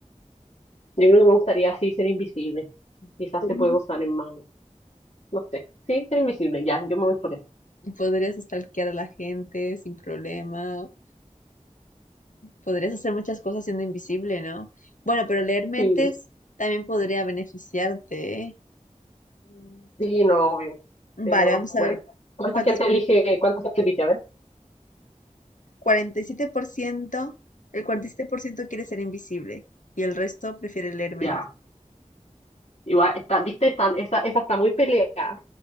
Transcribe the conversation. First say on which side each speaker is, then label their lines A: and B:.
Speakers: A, on the left; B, on the left.
A: yo creo que me gustaría sí ser invisible. Quizás
B: ser
A: se
B: invisible.
A: puede usar en más, no sé. Sí, ser invisible, ya, yo me voy por eso.
B: Podrías stalkear a la gente sin problema. Podrías hacer muchas cosas siendo invisible, ¿no? Bueno, pero leer mentes
A: Sí,
B: también podría beneficiarte, ¿eh? Mm,
A: sí, no, obvio. Pero
B: Vale, vamos a
A: bueno,
B: ver
A: ¿cuánta
B: cuántas.
A: gente elige, cuánta gente elige? A ver,
B: cuarenta y siete por ciento el 47% quiere ser invisible y el resto prefiere leer mentes.
A: ya. Igual, está, viste, están, esa, esa está muy peleada.